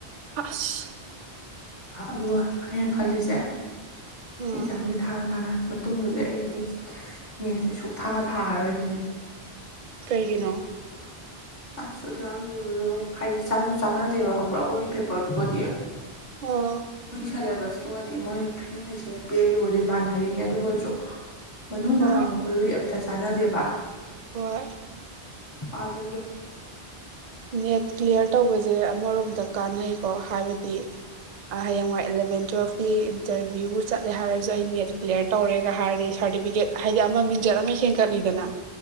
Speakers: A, on the right; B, on the left.
A: ꯍꯁ
B: ꯑꯗꯨꯒ ꯑꯩꯅ ꯈꯜꯂꯤꯁꯦ
A: ꯎꯝ
B: ꯑꯦꯛꯖꯥꯝꯁꯦ ꯊꯥ ꯊꯥꯅ ꯃꯇꯨꯡꯗꯗꯤ ꯑꯩꯅꯦ ꯅꯁꯦ ꯁꯨꯛꯊꯥ ꯊꯥꯔꯔꯣꯏꯁꯤꯅꯦ
A: ꯀꯩꯒꯤꯅꯣ
B: ꯑꯁ ꯑꯗꯨ ꯌꯥꯝ ꯂꯨꯕꯗꯣ ꯍꯥꯏꯗꯤ ꯆꯥꯁꯨ ꯆꯥꯟꯅꯗꯦꯕ ꯈꯪꯕ꯭ꯔꯥ ꯑꯩꯈꯣꯏꯒꯤ ꯄꯦꯄꯔꯗꯨꯒꯗꯤ
A: ꯑ
B: ꯑꯩꯣꯏꯒꯤ ꯁꯦꯂꯦꯕꯁꯇꯨꯒꯗꯤ ꯃꯣꯏ ꯍꯧꯖꯤꯛꯁꯤꯡꯅ ꯄꯤꯔꯛꯔꯨꯕꯗꯤ ꯃꯥꯟꯅꯔꯤꯅꯤ ꯑꯗꯨꯕꯨ ꯑꯣꯏꯔꯁꯨ ꯃꯅꯨꯡꯗ
A: ꯍꯣꯏ
B: ꯍꯥꯡꯉꯛꯄꯗꯨꯗꯤ ꯑꯝꯇ ꯆꯥꯟꯅꯗꯦꯕ
A: ꯍꯣꯏ
B: ꯑꯗꯨꯒꯤ
A: ꯅꯦꯠ ꯀ꯭ꯂꯤꯌꯥꯔ ꯇꯧꯕꯁꯦ ꯑꯃꯔꯣꯝꯗ ꯀꯥꯟꯅꯩꯀꯣ ꯍꯥꯏꯕꯗꯤ ꯍꯌꯦꯡꯋꯥꯏ ꯑꯦꯂꯚꯦꯟ ꯇꯨꯋꯦꯜꯞꯀꯤ ꯏꯟꯇꯔꯚꯤꯌꯨ ꯆꯠꯂꯦ ꯍꯥꯏꯔꯁꯨ ꯑꯩ ꯅꯦꯠ ꯀ꯭ꯂꯤꯌꯥꯔ ꯇꯧꯔꯦꯒ ꯍꯥꯏꯔꯗꯤ ꯁꯥꯔꯇꯤꯐꯤꯀꯦꯠ ꯍꯥꯏꯗꯤ ꯑꯃ ꯃꯤꯡꯆꯠ ꯑꯃ ꯍꯦꯟꯒꯠꯂꯤꯗꯅ